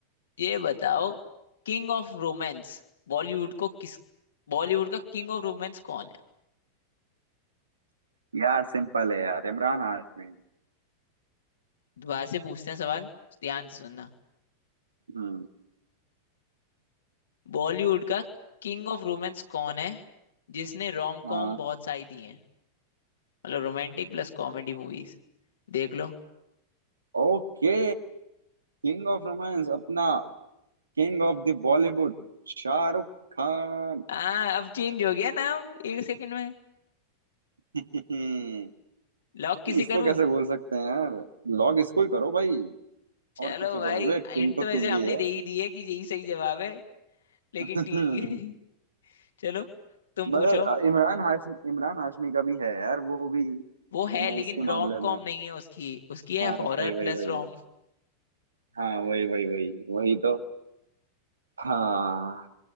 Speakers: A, on the left; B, on the right.
A: ये बताओ किंग ऑफ रोमांस बॉलीवुड को किस बॉलीवुड का किंग ऑफ रोमांस कौन है
B: यार सिंपल है यार इमरान हाशमी
A: दोबारा से पूछते हैं सवाल ध्यान से सुनना
B: हम्म
A: बॉलीवुड का किंग ऑफ रोमांस कौन है जिसने रोम
B: हाँ
A: कॉम बहुत सारी दी है मतलब रोमांटिक प्लस कॉमेडी मूवीज देख लो
B: ओके किंग ऑफ रोमांस अपना king of the Bollywood Shahrukh Khan
A: आ, अब चेंज हो गया नाम एक सेकंड में
B: <laughs>
A: लॉक किसे
B: इसको
A: करूं
B: कैसे बोल सकते हैं यार लॉग इसको ही करो भाई
A: चलो
B: और किसे
A: भाई
B: करोगे किंग
A: एंड
B: तो
A: तो
B: किंग
A: वैसे हमने
B: ही है
A: दे ही दी है कि यही सही जवाब है लेकिन
B: <laughs>
A: ठीक है <laughs> चलो तुम पूछो
B: मगर इमरान हाशमी इमरान हाशमी का भी है यार वो भी
A: वो है
B: रोमांस
A: लेकिन
B: के
A: रोम
B: मामले
A: कॉम
B: में
A: नहीं है उसकी उसकी है
B: हाँ
A: horror
B: वही वही
A: plus
B: वही
A: rom
B: हाँ वही वही वही वही तो हाँ